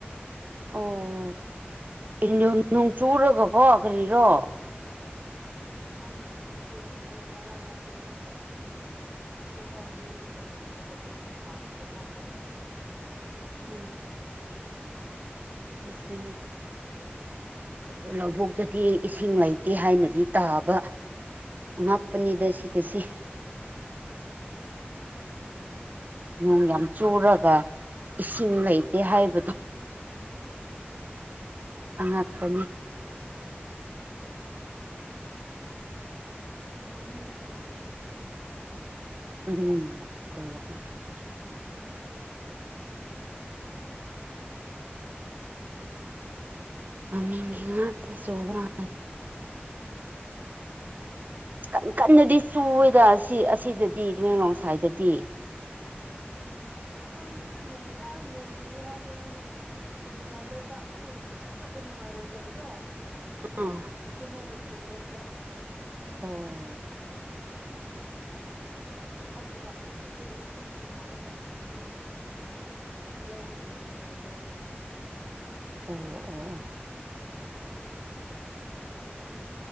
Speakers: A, on the right (about 45°); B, on the right (about 30°).
A: ꯑꯣ ꯅꯣꯡꯆꯨꯔꯒꯀꯣ ꯀꯔꯤꯔꯣ
B: ꯅꯣꯡ ꯆꯨꯕ꯭ꯔꯣ ꯈꯨꯈꯔꯣꯝꯗꯗꯤ ꯉꯔꯥꯡ ꯉꯥꯛꯇꯅꯤ ꯅꯣꯡ ꯑꯗꯨꯝ ꯉꯁꯤ ꯐꯥꯎꯕ ꯂꯦꯞꯇꯅ ꯆꯨꯕꯗꯣ ꯍꯧꯖꯤꯛ ꯑꯃꯨꯛ ꯍꯥꯡꯈ꯭ꯔꯦ ꯃꯝꯃꯒ ꯂꯩꯔꯦ
A: ꯎꯝ ꯁꯤꯗꯁꯨꯅꯤ <unintelligible> ꯑꯗꯨ ꯂꯧꯕꯨꯛꯇꯗꯤ ꯏꯁꯤꯡ ꯂꯩꯇꯦ ꯍꯥꯢꯅꯗꯤ ꯇꯥꯕ ꯑꯉꯥꯛꯄꯅꯤꯗ
B: ꯎꯝ
A: ꯁꯤꯗ ꯁꯤ ꯅꯣꯡ ꯌꯥꯝ ꯆꯨꯔꯒ ꯏꯁꯤꯡ ꯂꯩꯇꯦ ꯍꯥꯢꯕꯗꯨ
B: ꯎꯝ
A: ꯑꯉꯛꯄꯅꯤ
B: ꯃꯃꯤꯡꯒꯤ ꯉꯥꯛꯇ ꯆꯨꯕꯩ ꯋꯥꯅꯤ
A: ꯚ ꯑꯣꯏꯔꯀ <unintelligible> ꯃꯃꯤꯡꯒꯤ ꯉꯥꯛꯇꯥ ꯆꯨꯕ ꯃꯥꯜ ꯀꯟ ꯀꯟꯅꯗꯤ ꯆꯨꯋꯦꯗ ꯑꯁꯤ ꯑꯁꯤꯗꯗꯤ ꯇꯃꯦꯡꯂꯣꯡ ꯁꯥꯢꯗꯗꯤ
B: ꯑ ꯑꯈꯣꯢꯗꯤ ꯐꯦꯏ ꯅꯣꯡ ꯇꯥꯢ ꯅꯣꯡ ꯆꯨꯢ ꯍꯥꯢꯕꯩ ꯋꯥꯅꯦ ꯆꯨꯝꯅ ꯂꯩꯕ ꯑꯩꯈꯣꯏ ꯆꯠꯄꯗ ꯅꯨꯡꯉꯥꯢꯔꯣꯢꯗꯕꯗꯣ
A: ꯑꯥ <unintelligible>
B: ꯑꯗꯨꯃꯥꯢꯅ ꯆꯨꯋꯦꯕ
A: ꯑꯣ
B: ꯑꯗꯨꯅ ꯄꯨꯈ꯭ꯔꯤꯗꯒꯤ ꯏꯁꯤꯡ ꯆꯤꯡꯅꯔꯒ ꯇꯨꯔꯦꯟꯗꯒꯤ ꯏꯁꯤꯡ ꯆꯤꯡꯉꯒ ꯂꯧ ꯂꯣꯛ ꯂꯩꯅꯧꯔꯦꯕ
A: ꯑꯣ ꯑꯣ ꯑꯣ